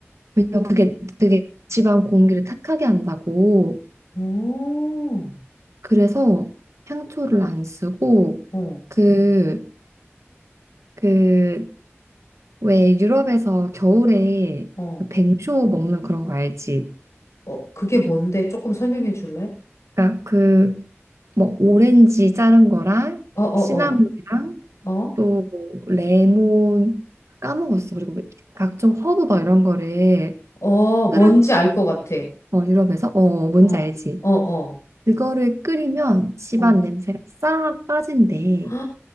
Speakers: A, on the right; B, on the left.
A: 왜냐면 그게 되게 집안 공기를 탁하게 한다고.
B: 오,
A: 그래서 향초를 안 쓰고
B: 어,
A: 그, 그, 왜 유럽에서 겨울에
B: 어,
A: 그 뱅쇼 먹는 그런 거 알지?
B: 어, 그게 뭔데? 조금 설명해 줄래?
A: 그러니까 그 뭐 오렌지 자른 거랑
B: 어, 어,
A: 시나몬이랑
B: 어, 어,
A: 또뭐 레몬 까먹었어. 그리고 뭐 각종 허브 막 이런 거를
B: 어,
A: 끓여서
B: 뭔지 알 것 같아.
A: 어, 유럽에서 어 뭔지
B: 어,
A: 알지?
B: 어, 어,
A: 그거를 끓이면 집안
B: 어.
A: 냄새가 싹 빠진대.
B: <gasps> 헉,